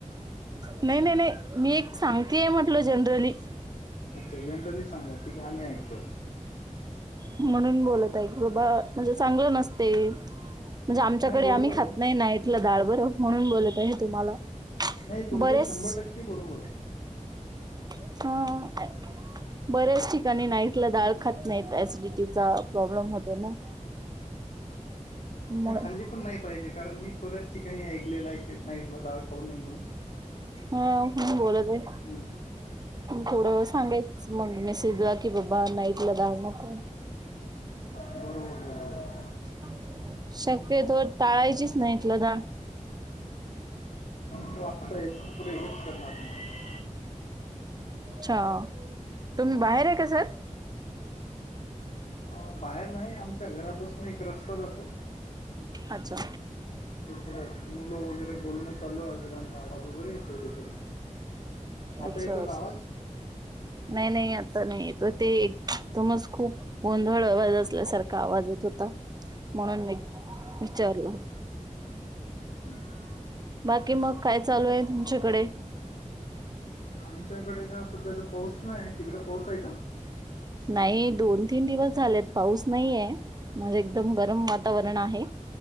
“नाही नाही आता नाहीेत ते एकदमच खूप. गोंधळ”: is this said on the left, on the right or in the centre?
Right